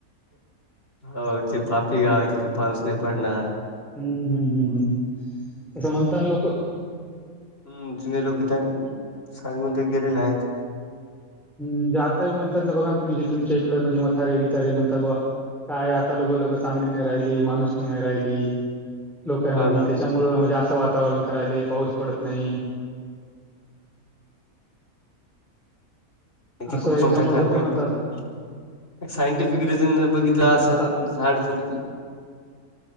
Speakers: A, on the left; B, in the centre.
A: हो जे पापी गाव आहे तिथ पाऊस नाही पडणार
B: हम्म हम्म हम्म हम्म तसं म्हणताना लोक
A: हम् जुने लोक त्यां सांगून ते गेलेले आहेत
B: हम म्हणजे आता बीणात ना बघा तुम् जे तुमच्या इकड म्हजे मारे गिितारे म्हणात बा काय आता लोक लोकं चांगली नाही राहिली माणुसकी नाही राहिली. लोकांमध्ये
A: हो ना
B: त्याच्यामुळ म्हणजे असं वातावरण करायलंय पाऊस पडत नाही.
A: नती
B: असं
A: प <unintelligible>
B: याच्यामुळे
A: सणता कारमुळेळ
B: होते म्हणतात.
A: पडे ना एक सायंटिफिक रिझन
B: हं,
A: बघितलं असंल
B: आता
A: झाड जुडप पण